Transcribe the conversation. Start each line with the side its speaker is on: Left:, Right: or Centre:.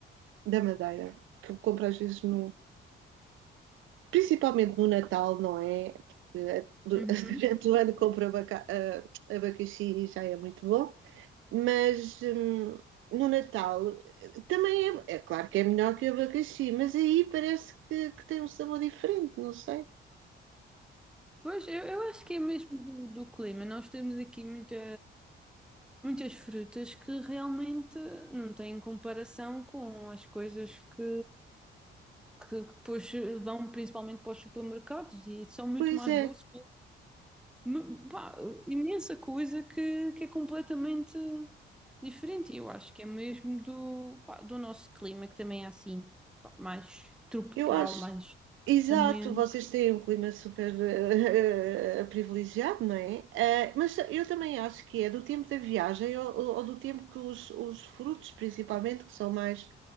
Right: da Madeira, que eu compro às vezes no. Principalmente no Natal, não é? Porque eh, du-
Centre: Uhum.
Right: <laughs> durante o ano compro abaca, ah, abacaxi e já é muito bom. Mas hum, no Natal também é, é claro que é melhor que o abacaxi, mas aí parece que, que tem um sabor diferente, não sei.
Centre: Pois, eu, eu acho que é mesmo do, do clima. Nós temos aqui muita, muitas frutas que realmente não têm comparação com as coisas que, que depois vão principalmente para os supermercados e são muito
Right: Pois
Centre: mais
Right: é,
Centre: doces, me- pá, imensa coisa que, que é completamente diferente. E eu acho que é mesmo do, pá, do nosso clima, que também é assim, pá, mais tropical,
Right: eu acho.
Centre: mais
Right: Exato,
Centre: ameno.
Right: vocês têm um clima super <laughs> eh, privilegiado, não é? Eh, mas eu também acho que é do tempo da viagem ou, ou do tempo que os, os frutos, principalmente, que são mais